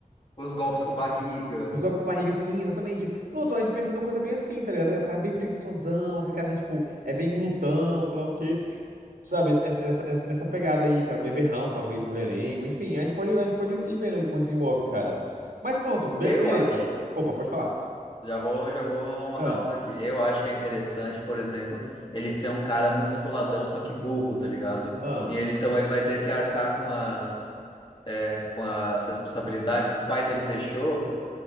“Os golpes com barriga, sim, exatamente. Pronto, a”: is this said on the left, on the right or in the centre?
Right